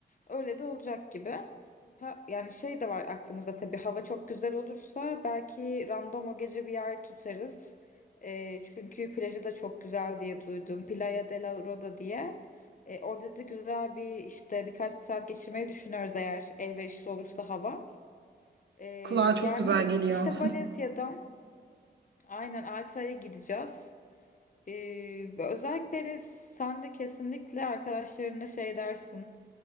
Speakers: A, on the left (about 45°); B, on the right (about 85°).
A: Öyle de olacak gibi. Ha, yani şey de var aklımızda tabii hava çok güzel olursa belki random o gece bir yer tutarız. Ee, çünkü plajı da çok güzel diye duydum. Playa de la Roda diye. Ee, orada da güzel bir işte birkaç saat geçirmeyi düşünüyoruz eğer elverişli olursa hava. Ee,
B: Kulağa çok
A: yani
B: güzel geliyor.
A: işte Valencia'dan aynen Alta'ya gideceğiz. Ee, özellikle sen de kesinlikle arkadaşlarına şey dersin.